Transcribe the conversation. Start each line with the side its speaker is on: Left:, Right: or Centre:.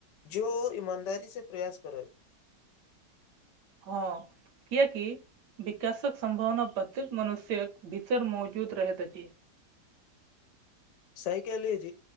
Left: जो ईमानदारी से प्रयास करय
Right: हँ किएकि विकाशक सम्भावना प्रत्येक मनुष्य्यक भीतर मौजूद रहैत अछि
Left: साइकेलेज